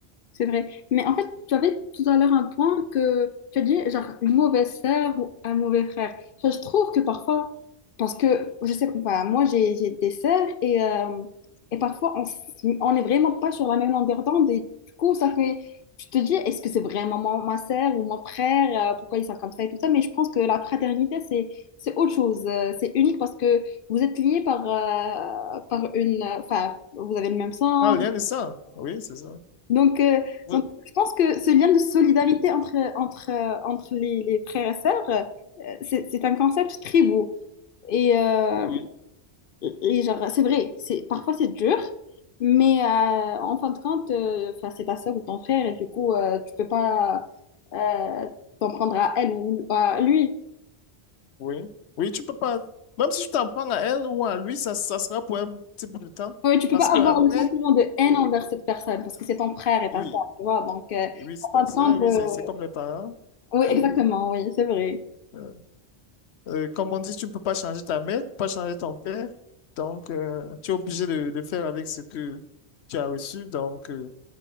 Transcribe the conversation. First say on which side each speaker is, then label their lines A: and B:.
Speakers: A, on the left; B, on the left.
A: C'est vrai. Mais en fait, tu avais tout à l'heure un point que tu as dit, genre, une mauvaise sœur ou un mauvais frère. Enfin, je trouve que parfois, parce que, je sais, enfin, moi, j'ai j'ai des sœurs et, euh, et parfois, on, s- on n'est vraiment pas sur la même longueur d'onde et du coup, ça fait, tu te dis, est-ce que c'est vraiment mon- ma sœur ou mon frère? euh, pourquoi ils sont comme ça et tout ça? Mais je pense que la fraternité, c'est, c'est autre chose. Euh, C'est unique parce que vous êtes liés par, euh, par une, euh, enfin, vous avez le même sang,
B: Ah, rien de ça. Oui, c'est ça.
A: donc, euh,
B: Oui.
A: donc, je pense que ce lien de solidarité entre, entre, euh, entre les, les frères et sœurs, euh, c'est c'est un concept très beau. Et, euh,
B: oui.
A: et genre, c'est vrai, c'est, parfois c'est dur, mais euh, en fin de compte, euh, enfin, c'est ta sœur ou ton frère, et du coup, euh, tu peux pas euh, t'en prendre à elle ou à lui.
B: Oui. Oui, tu peux pas. Même si tu t'en prends à elle ou à lui, ça, ça sera pour un petit bout de temps.
A: Ouais, tu peux
B: Parce
A: pas
B: que
A: avoir
B: après,
A: le sentiment de haine
B: oui,
A: envers
B: oui,
A: cette personne, parce que c'est ton frère et ta
B: oui,
A: sœur, tu vois. Donc, euh,
B: oui, c'est
A: en
B: ta
A: fin de
B: sœur,
A: compte,
B: oui,
A: euh,
B: c'est c'est comme le parent.
A: oui,
B: Oui.
A: exactement, oui, c'est vrai.
B: Euh, euh, comme on dit, tu ne peux pas changer ta mère, tu peux pas changer ton père. Donc, euh, tu es obligé de, de faire avec ce que tu as reçu. Donc, euh,